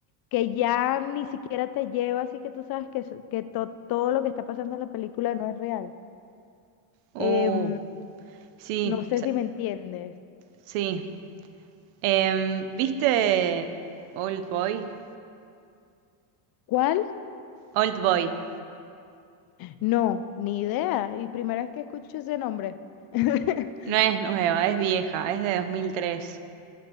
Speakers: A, on the left (about 50°); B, on the right (about 80°).
A: que ya ni siquiera te lleva, así que tú sabes que, eso- que to- todo lo que está pasando en la película no es real.
B: Uh,
A: Em,
B: sí,
A: no sé
B: sa-
A: si me entiendes.
B: sí. Em, ¿viste Old Boy?
A: ¿Cuál?
B: Old Boy.
A: No, ni idea. Y primera vez que escucho ese nombre. <laughs>
B: No es nueva, es vieja, es de 2003.